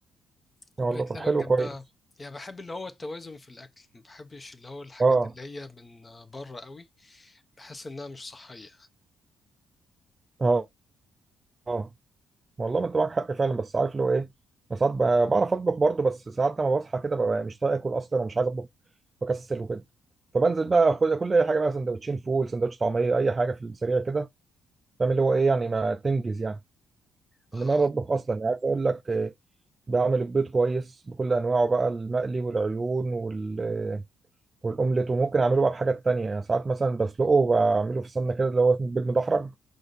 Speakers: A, on the left; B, on the right.
A: كوباية
B: يا والله طب
A: لبن
B: حلو
A: جنبها
B: كويس
A: يعني بحب اللي هو التوازن في الاكل ما بحبش اللي هو الحاجات
B: اه
A: اللي هي من آه، بره قوي بحس انها مش صحية
B: اه اه والله ما انت معاك حق فعلا بس عارف اللي هو ايه انا ساعات ب- بعرف اطبخ برضه بس ساعات لما بصحى كده ببقى مش طايق اكل اصلا ومش عايز اطبخ بكسل وكده فبنزل بقى اخد كل اي حاجه بقى سندوتشين فول سندوتش طعميه اي حاجه في السريع كده فاهم اللي هو ايه يعني ما تنجز يعني
A: اه
B: انما انا بطبخ اصلا يعني عايز اقول لك آه، بعمل البيض كويس بكل انواعه بقى المقلي والعيون وال والاومليت وممكن اعمله بقى بحاجات تانية يعني ساعات مثلا بسلقه وبعمله في السمنه كده اللي هو اسمه بيض مدحرج